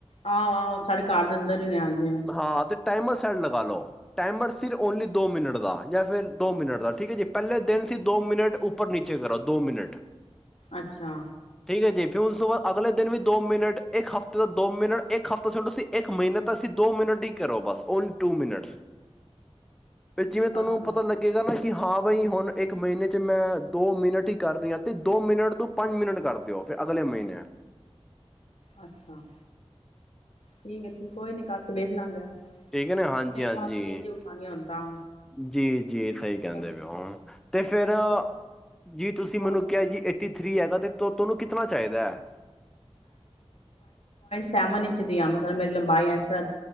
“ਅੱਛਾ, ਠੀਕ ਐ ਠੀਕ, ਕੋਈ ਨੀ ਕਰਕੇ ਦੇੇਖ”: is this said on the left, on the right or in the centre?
Left